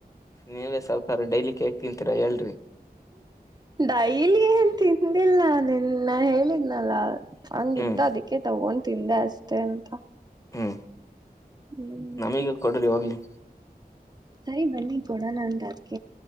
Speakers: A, on the left; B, on the right.
A: ನೀವೇ ಸಾವಕಾರ ಡೈಲಿ ಕ ಹೇಕ್ ತಿಂತೀರಾ ಹೇಳ್ರಿ
B: ೈಲಿ ಏನ್ ತಿಂದಿಲ್ಲ ನಿನ್ನ ಹೇಳಿದ್ನಲ್ಲ ಹಂಗಿತ್ತು
A: ಹ್ಮ್
B: ಅದಕ್ಕೆ ತಗೊಂಡ್ ತಿಂದೆ ಅಷ್ಟೆ ಅಂತ
A: ಹ್ಮ್
B: ಹ್ಮ್
A: ನಮಗ ಕೊಡರಿಿ ಇವಾಗ್ಲಿ
B: ಸರಿ ಬನ್ನಿ ಕೊಡ ನ್ದು ಅದ್ಕ